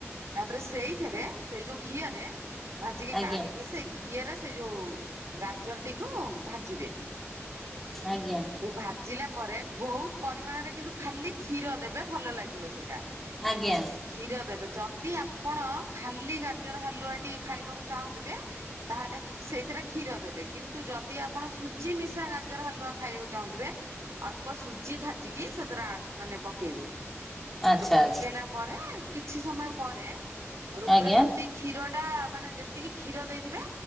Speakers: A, on the right; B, in the centre.
A: ତାପରେ ସେଇଥିରେ ସେଇ ଯୋଉ ଘିଅରେ ଭାଜିକି
B: ଆଜ୍ଞା
A: କାଢ଼ିକି ସେଇ ଘିଅରେ, ସେଇ ଯୋଉ ଗାଜରଟିକୁ ଭାଜିବେ।
B: ଆଜ୍ଞା।
A: କୁ ଭାଜିଲା ପରେ ବହୁତ ପରିମାଣରେ କିନ୍ତୁ ଖାଲି କ୍ଷୀର ଦେବେ, ଭଲ ଲାଗିବ ସେଇଟା।
B: ଆଜ୍ଞା।
A: କ୍ଷୀର ଦେବେ ଯଦି ଆପଣ ଖାଲି ଗାଜର ହାଲୁଆଟି ଖାଇବାକୁ ଚାହୁଁଥିବେ। ତାହେଲେ ସେଇଥିରେ କ୍ଷୀର ଦେବେ କିନ୍ତୁ ଯଦି ଆପଣ ସୁଜି ମିଶା ଗାଜର ହାଲୁଆ। ଖାଇବାକୁ ଚାହୁଁଥିବେ ଅଳ୍ପ ସୁଜି ଭାଜିକି ସେଥିରେ ଆ ମାନେ ପକେଇବେ। ସେଠୁ
B: ଆଚ୍ଛା
A: ପକେଇଲା
B: ଆଚ୍ଛା
A: ପରେ କିଛି ସମୟ ପରେ ସେଠୁ
B: ଆଜ୍ଞା
A: ପୁରା ଯେମିତି କ୍ଷୀରଟା ମାନେ ଯେତିକି କ୍ଷୀର ଦେଇଥିବେ